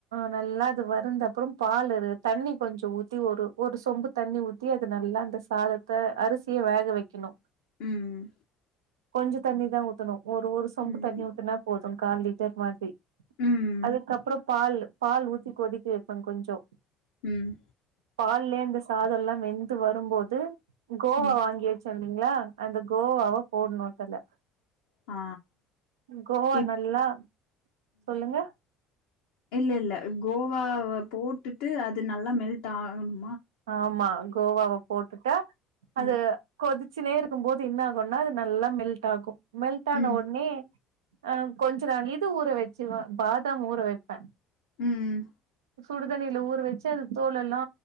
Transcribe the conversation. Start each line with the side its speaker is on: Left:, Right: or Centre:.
Right: நல்லா அது வருந்தப்பறம் பால் தண்ணி கொஞ்சோ ஊத்தி ஒரு ஒரு சொம்பு தண்ணி ஊத்தி அது நல்லா அந்த சாதத்த அரிசிய வேக வெக்கனு
Left: ம்
Right: கொஞ்சோ தண்ணிதான் ஊத்தனு ஒரு ஒரு சொம்பு
Left: ம்
Right: தண்ணி ஊத்துனா போது கால் லிட்டர் மாரி
Left: ம்
Right: அதுக்கப்பறோ பால் பால் ஊத்தி கொதிக்க வெப்பன் கொஞ்சோ
Left: ம்
Right: பால்லிந்து சாதோல்லா வெந்து வரும்போது கோவா
Left: ம்
Right: வாங்கி வெச்சிருந்திங்ளா அந்த கோவாவ போட்னு அதுல
Left: ஆ
Right: கோவா
Left: இப்
Right: நல்லா சொல்லுங்க
Left: இல்லல்ல கோவாவ போட்டுட்டு அது நல்லா மெல்ட் ஆகணு
Right: ஆமா கோவாவ போட்டுட்டா அது
Left: ம்
Right: கொதிச்சுனே இருக்கும்போது என்ன ஆகுனா அது நல்லா மெல்ட் ஆகு மெல்ட் ஆன
Left: ம்
Right: ஒன்னே ஆ கொஞ்ச நா இது ஊற வெச்சிருவன் பாதாம் ஊற வெப்பன்
Left: ம்
Right: சுடுதண்ணில ஊற வெச்சு அது தோலல்லா